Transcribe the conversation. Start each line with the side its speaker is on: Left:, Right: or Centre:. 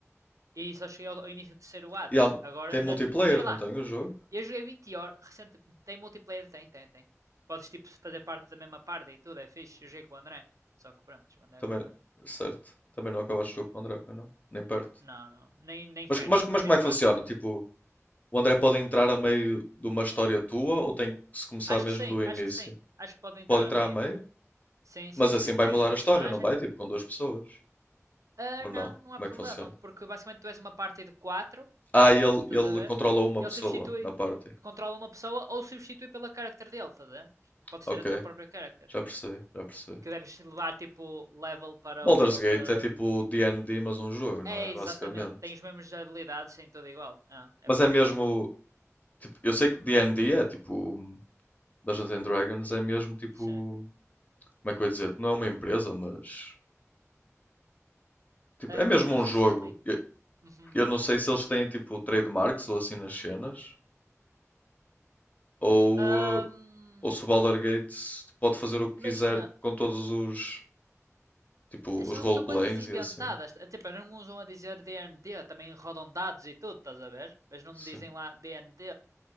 Right: e só cheguei ao, ao início do terceiro ato.
Left: E há-
Right: Agora
Left: tem
Right: ainda.
Left: multiplayer,
Right: Ainda bem
Left: não
Right: lá.
Left: tem o jogo?
Right: Eu joguei 20 horas recente. Tem multiplayer? Tem, tem, tem. Podes tipo fazer parte da mesma parte e tudo, é fixe. Eu joguei com o André. Só que pronto, o André agora.
Left: Também, certo. Também não acabaste o jogo com o André, pois não? Nem perto.
Right: Não, não. Nem, nem,
Left: Mas, mas,
Right: nem
Left: mas
Right: o primeiro
Left: como é que funciona?
Right: ato, bro.
Left: Tipo, o André pode entrar a meio de uma história tua ou tem que se começar
Right: Acho
Left: mesmo
Right: que sim,
Left: do início?
Right: acho que sim. Acho que pode entrar
Left: Pode entrar
Right: a meio.
Left: a meio?
Right: Sim, sim,
Left: Mas assim
Right: sim.
Left: vai
Right: Tem
Left: mudar
Right: a sua
Left: a
Right: personagem.
Left: história, não vai? Tipo, com duas pessoas?
Right: Ah,
Left: Ou
Right: não,
Left: não?
Right: não há
Left: Como
Right: problema,
Left: é que funciona?
Right: porque basicamente tu és uma party de 4,
Left: Ah, ele,
Right: estás
Left: ele
Right: a ver?
Left: controla uma
Right: E ele
Left: pessoa
Right: substitui,
Left: na party.
Right: controla uma pessoa ou substitui pela character dele, estás a ver? Pode
Left: Ok.
Right: ser a tua própria character.
Left: Já percebi, já percebi.
Right: Que deves levar tipo level para
Left: Baldur's
Right: o nível
Left: Gate
Right: de.
Left: é tipo D&D, mas um jogo,
Right: É,
Left: não é?
Right: exatamente.
Left: Basicamente.
Right: Tem as mesmas habilidades, tem tudo igual. Ah, é
Left: Mas
Right: muito
Left: é
Right: fixe.
Left: mesmo, tipo, eu sei que D&D é tipo Dungeons and Dragons, é mesmo tipo,
Right: Sim.
Left: como é que eu ia dizer? Não é uma empresa, mas tipo,
Right: Ah,
Left: é mesmo
Right: eu não
Left: um
Right: sei
Left: jogo.
Right: se é uma. im-
Left: Eu,
Right: Uhum.
Left: eu não sei se eles têm tipo trademarks ou assim nas cenas, ou,
Right: Ahm,
Left: eh, ou se o Baldur's Gate pode fazer o que
Right: imagina,
Left: quiser com todos os, tipo, os
Right: São,
Left: roleplays
Right: são coisas inventadas.
Left: e assim.
Right: Eh, Tipo, não usam a dizer DND, também rodam dados e tudo, estás a ver? Mas não
Left: Sim.
Right: me dizem lá DND.